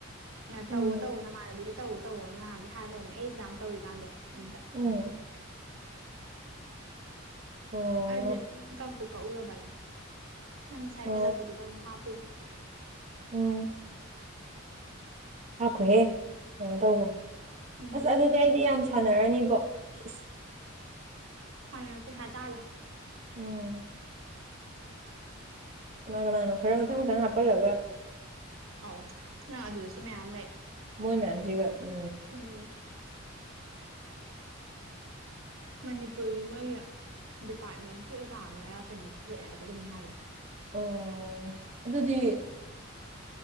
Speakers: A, on the right; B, on the right.
A: ꯅ ꯇꯧ
B: ꯎꯝ
A: ꯇꯧ ꯅꯃꯥꯅꯕꯤꯁꯨ ꯇꯧ ꯇꯧꯋꯣꯅ ꯅꯥꯍꯟꯗꯩ ꯍꯥꯏꯔ ꯂꯩꯕꯅꯦ ꯑꯩ ꯑꯦꯛꯖꯥꯝ ꯇꯧꯔꯤꯀꯥꯟꯗꯣ ꯑꯗꯨꯗ
B: ꯎꯝ ꯑꯣ
A: ꯑꯩꯗꯤ ꯀꯛꯄꯨ ꯀꯛꯎꯔꯕꯅꯦ ꯅꯪ ꯉꯁꯥꯏ
B: ꯑꯣ
A: ꯄꯜꯂꯛꯄꯗꯨꯗ ꯑꯃꯨꯛ ꯍꯥꯞꯄꯤꯅꯦ
B: ꯎꯝ ꯍꯥꯈꯣꯍꯦ ꯀꯩꯅꯣ ꯇꯧꯕ
A: ꯎꯝ
B: ꯑꯁ ꯑꯗꯨꯗꯤ ꯑꯩꯗꯤ ꯌꯥꯝ ꯁꯥꯟꯅꯔꯅꯤꯕꯣ ꯏꯁ
A: ꯍꯜ ꯄꯨ ꯍꯥ ꯇ ꯑꯂ
B: ꯎꯝ ꯀꯅꯥ ꯀꯅꯥꯅꯣ ꯈꯔ ꯃꯊꯪ ꯃꯊꯪ ꯍꯥꯞꯄꯜꯂꯒ
A: ꯑꯧ ꯅꯪ ꯑꯗꯨꯗꯁꯨ ꯃꯌꯥꯝ ꯂꯩ
B: ꯃꯣꯏ ꯃꯌꯥꯝꯖꯤꯒ ꯎ
A: ꯎꯝ ꯃꯅꯤꯄꯨꯔꯒꯤ ꯃꯣꯏꯒꯤ ꯗꯤꯄꯥꯔꯠꯃꯦꯟꯀꯤ ꯑꯣꯖꯥꯅꯔ ꯀꯩꯅꯣ ꯄꯨꯊꯣꯛꯑꯦ ꯍꯥꯏꯕꯒ ꯑꯗꯨꯝ ꯍꯥꯏꯕꯅꯦ
B: ꯑꯣ ꯑꯗꯨꯗꯤ